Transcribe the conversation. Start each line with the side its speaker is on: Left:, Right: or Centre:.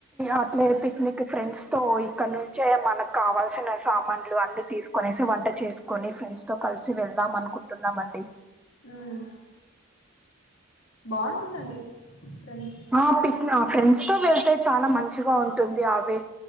Centre: అట్లే పిక్నిక్ ఫ్రెండ్స్ తో ఇక్కడ నుంచే మనకు కావాల్సిన సామాన్లు అన్ని తీసుకు కొనేసి వంట చేసుకోని ఫ్రెండ్స్ తో కలిసి వెళ్దాం అనుకుంటున్నామండి
Left: హమ్ బావుంటుందండి ఫ్రెండ్స
Centre: ఆ పిక్ ఫ్రెండ్స్ తో వెళ్తే చాలా మంచిగా ఉంటుంది అవి